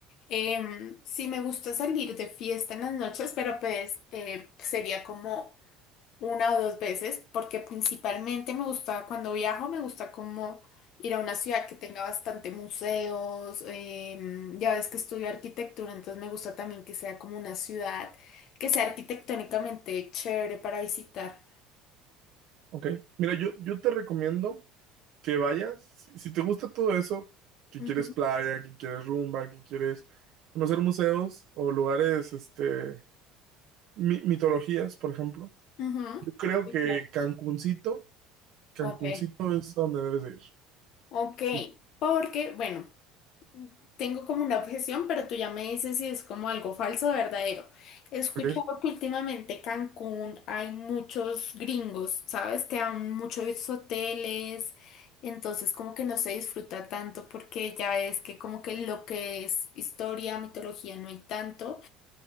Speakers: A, on the left; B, on the right.
A: Em, sí me gusta salir de fiesta en las noches, pero pues eh, sería como una o dos veces, porque principalmente me gusta, cuando viajo, me gusta como ir a una ciudad que tenga bastante museos, em, ya ves que estudio arquitectura, entonces me gusta también que sea como una ciudad que sea arquitectónicamente chévere para visitar.
B: Ok, mira, yo, yo te recomiendo que vayas, si, si te gusta todo eso, que
A: Ujú,
B: quieres playa, que quieres rumba, que quieres conocer museos o lugares, este, mi- mitologías, por ejemplo,
A: ujú.
B: yo creo
A: Sí,
B: que
A: claro.
B: Cancuncito, Cancuncito
A: Ok,
B: es a donde debes de ir.
A: ok,
B: Sí,
A: porque, bueno. Tengo como una objeción, pero tú ya me dices si es como algo falso o verdadero. He escuchado
B: ok.
A: que últimamente Cancún hay muchos gringos, ¿sabes? Que hay muchos hoteles, entonces como que no se disfruta tanto porque ya es que como que lo que es historia, mitología no hay tanto,